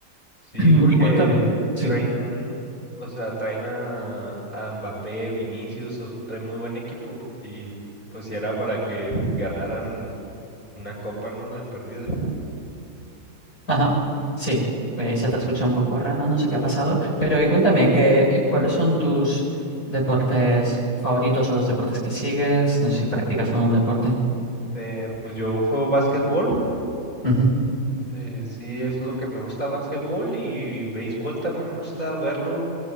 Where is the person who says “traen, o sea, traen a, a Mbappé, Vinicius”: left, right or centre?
Left